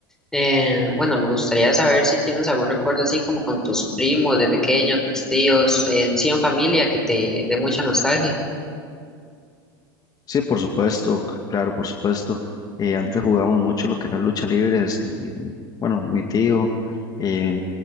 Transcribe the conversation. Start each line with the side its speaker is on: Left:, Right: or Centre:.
Centre: eh, bueno, me gustaría saber si tienes algún recuerdo así como con tus primos de pequeño, tus tíos, en sí en familia que te dé mucha nostalgia.
Left: Sí, por supuesto, c- claro, por supuesto. Eh, antes jugábamos mucho lo que eran lucha libres y bueno, mi tío eh,